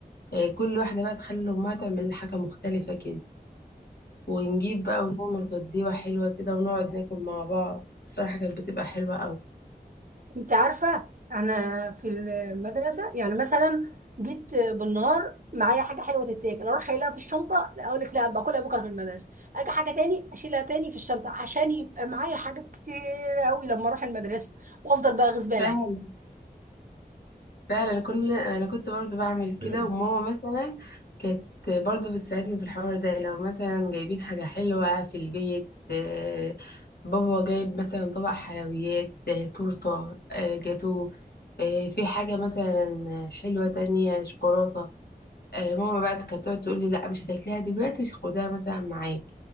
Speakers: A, on the left (about 75°); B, on the right (about 55°).
A: آه، كل واحده بقى تخلي امها تعمل لنا حاجه مختلفه كده ونجيب بقى ونعمل غديوه حلوه كده ونقعد ناكل مع بعض الصراحه كانت بتبقى حلوه
B: انت عارفة انا في المدرسة يعني مثلا جيت بالنهار معايا حاجة حلوة تتاكل اروح شايلها في الشنطة لا اقول لك لا باكلها بكرة في المدرسة اجي حاجة تاني اشيلها تاني في الشنطة عشان يبقى معايا حاجات كتير قوي لما اروح المدرسة وافضل بقى اغيظ بالي
A: قوي فعلا كل انا كنت برضو بعمل كده
B: <clears throat>
A: وماما مثلا كانت برضو بتساعدني في الحوار ده لو مثلا جايبين حاجة حلوة في البيت آه، بابا جايب مثلا طبق حلويات آه، تورتة آه، جاتو آه، في حاجة مثلا حلوة تانية شوكولاتة آه، ماما بقى كانت تقعد تقول لي لا مش هتاكليها دلوقتي مش خدها مثلا معاك